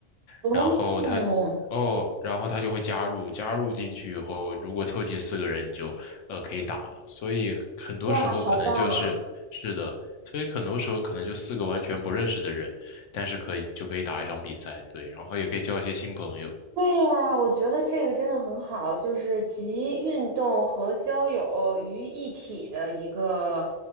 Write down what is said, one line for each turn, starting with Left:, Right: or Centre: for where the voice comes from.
Right: 哦，
Left: 然后他哦，然后他就会加入，加入进去以后，如果凑齐四个人，你就呃可以打了。所以很多时候可能就是是的，
Right: 哇，好棒啊！
Left: 所以很多时候可能就四个完全不认识的人，但是可以就可以打一场比赛，对，然后也可以交一些新朋友，
Right: 对呀，我觉得这个真的很好，就是集运动和交友于一体的一个